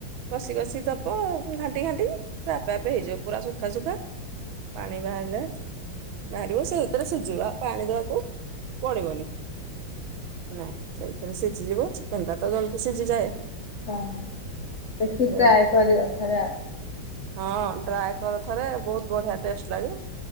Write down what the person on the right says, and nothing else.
କଷି କଷି ଦବ ଘାଣ୍ଟି ଘାଣ୍ଟିକି। ସେ ଆପେ ଆପେ ହେଇଯିବ ପୁରା ଶୁଖା ସୁୁଖା ପାଣି ବାହାରିଲେ। ବାହାରିବ ସେଇଥିରେ ଶୁଝିବ ଆଉ ପାଣି ଦବାକୁ। ପଡିବନି ନା ସେଇଥିରେ ସିଝିଯିବ ଚିକେନ ଟା ତ ଜଲଦି ସିଝିଯାଏ।
ସେଇଥିରେ
ହଁ ଟ୍ରାଏକର ଥରେ ବହୁତ ବଢିଆ ଟେଷ୍ଟ ଲାଗେ।